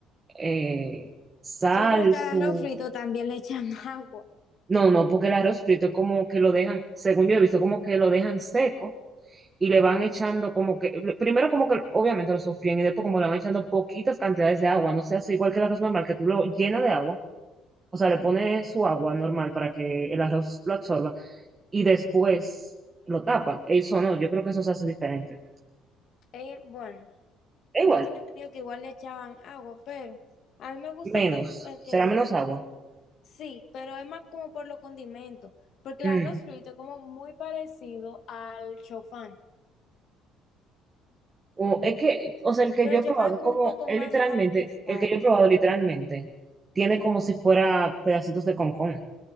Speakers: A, on the right; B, on the left.
A: eh, sal,
B: Yo creo que
A: su...
B: al arroz frito también le echan <laughs> agua.
A: No, no, porque el arroz frito es como que lo dejan, según yo he visto, como que lo dejan seco y le van echando como que, primero como que obviamente lo sofrían y después como le van echando poquitas cantidades de agua, no se hace igual que el arroz normal, que tú lo llenas de agua, o sea, le pones su agua normal para que el arroz lo absorba y después lo tapa. Eso no, yo creo que eso se hace diferente.
B: Eh, bueno,
A: Es igual,
B: yo tenía entendido que igual le echaban agua, pero a mí me gusta
A: menos,
B: el que tú, el
A: será
B: que dice.
A: menos agua.
B: Sí, pero es más como por los condimentos, porque
A: Mm.
B: el arroz frito es como muy parecido al chofán,
A: O es que, o sea, el que
B: pero
A: yo
B: el
A: he
B: chofán
A: probado
B: es
A: es
B: como
A: como,
B: un poco
A: es
B: más
A: literalmente,
B: aplastado,
A: el que yo he probado literalmente tiene como si fuera pedacitos de concón.